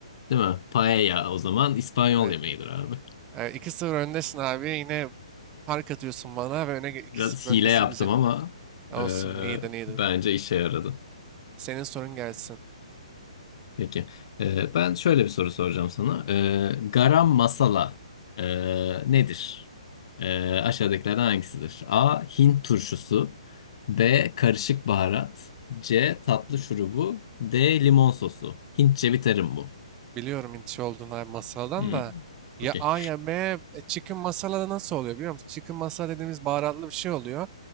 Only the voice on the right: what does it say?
Evet.
Ee, 2-0 öndesin abi. Yine fark atıyorsun bana ve öne ge- 2-0
öndesin
güzel.
Olsun
iyiydin iyiydin.
Senin sorun gelsin.
Biliyorum intiş olduğun abi masaldan
da. Ya
A ya B. E, Chicken masala da nasıl oluyor biliyor musun? Chicken masala dediğimiz baharatlı bir şey oluyor.